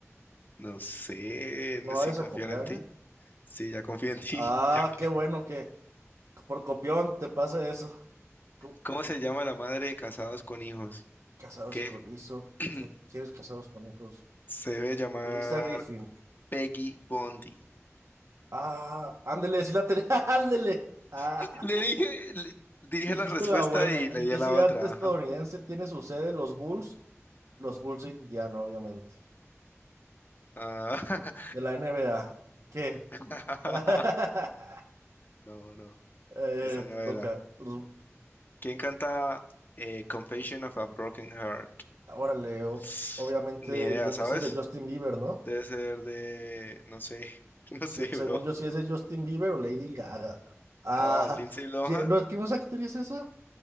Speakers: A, on the left; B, on the right.
A: No sé,
B: No
A: no- sé
B: vayas
A: si confían
B: a copiar,
A: en ti.
B: ¿eh?
A: Sí, ya confío en ti.
B: Ah,
A: <laughs>
B: qué
A: Ya.
B: bueno que por copión te pasa eso. Co-
A: ¿Cómo se llama la madre de casados con hijos?
B: Casados
A: ¿Qué?
B: con hijos.
A: <clears throat>
B: ¿Quieres casados con hijos?
A: Se debe llamar
B: Lisa Griffin.
A: Peggy Bondi.
B: Ah, ándele, sí la tenía. <laughs> Ándele. Ah,
A: <laughs> Le dije, le- dije
B: dijiste
A: la respuesta
B: la buena.
A: y le
B: ¿En
A: di
B: qué
A: a la
B: ciudad
A: otra.
B: estadounidense
A: Ajá.
B: tiene su sede los Bulls? Los Bulls de Indiana, obviamente.
A: Ah,
B: De la NBA. ¿Qué?
A: <laughs>
B: <laughs>
A: No, no,
B: Eh,
A: esa no
B: te toca.
A: era.
B: Los-
A: ¿Quién canta eh, Confession of a Broken Heart?
B: Ahora leo.
A: <sniffs>
B: Obviamente,
A: Ni idea,
B: yo,
A: ¿sabes?
B: ese es de Justin Bieber, ¿no?
A: Debe ser de, no sé, <laughs> no
B: Se-
A: sé,
B: según
A: bro.
B: yo, si es de Justin Bieber o Lady Gaga. Ah,
A: Ah, Lindsay Lohan,
B: ¿quién, no, ¿quién es actriz esa?